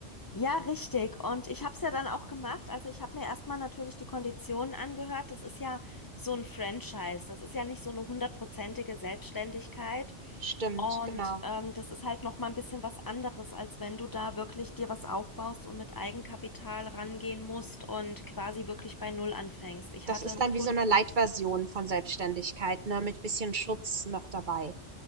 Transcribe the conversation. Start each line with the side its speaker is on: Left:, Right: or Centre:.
Left: Ja, richtig. Und ich habe es ja dann auch gemacht. Also ich habe mir erstmal natürlich die Konditionen angehört. Das ist ja so ein Franchise. Das ist ja nicht so eine hundertprozentige Selbstständigkeit.
Right: Stimmt,
Left: Und
Right: genau.
Left: ähm, das ist halt noch mal ein bisschen was anderes, als wenn du da wirklich dir was aufbaust und mit Eigenkapital rangehen musst und quasi wirklich bei Null anfängst. Ich
Right: Das
Left: hatte
Right: ist
Left: einen
Right: dann wie
Left: Kunden.
Right: so eine Light-Version von Selbstständigkeit, ne, mit bisschen Schutz noch dabei.